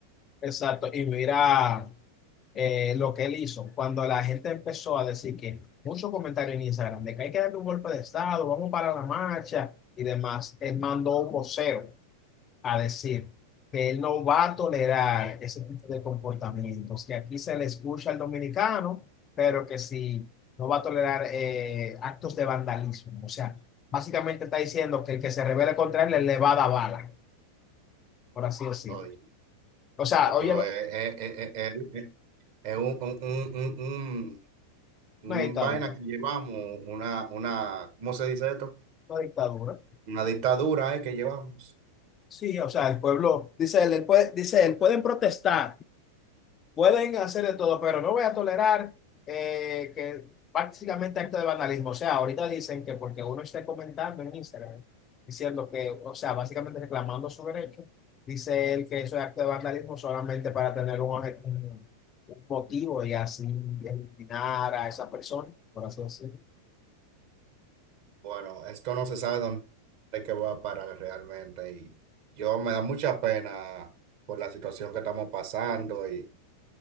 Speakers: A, on the left; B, on the right.
A: Exacto, y mira eh, lo que él hizo. Cuando la gente empezó a decir que muchos comentarios en Instagram de que hay que darle un golpe de Estado, vamos para la marcha y demás, él mandó un vocero a decir que él no va a tolerar ese tipo de comportamientos, que aquí se le escucha al dominicano, pero que si no va a tolerar eh, actos de vandalismo. O sea, básicamente está diciendo que el que se revele contra él le va a dar bala, por así decirlo.
B: hoy.
A: O sea,
B: Ah,
A: oye,
B: pero
A: lo-
B: es, es- es- es- es- es un, un, un, un- un- Un
A: una dictadura.
B: vaina que llevamos, una, una, ¿cómo se dice esto?
A: Una dictadura.
B: Una dictadura, eh, que llevamos.
A: Sí, o sea, el pueblo, dice él, él puede- dice él, pueden protestar, pueden hacer de todo, pero no voy a tolerar eh, que prácticamente acto de vandalismo O sea, ahorita dicen que porque uno esté comentando en Instagram, diciendo que, o sea, básicamente reclamando su derecho, dice él que eso es acto de vandalismo solamente para tener un, obje- un- un motivo y así eliminar a esa persona, por así decirlo.
B: Bueno, esto no se sabe dónde es que va a parar realmente y yo me da mucha pena por la situación que estamos pasando y,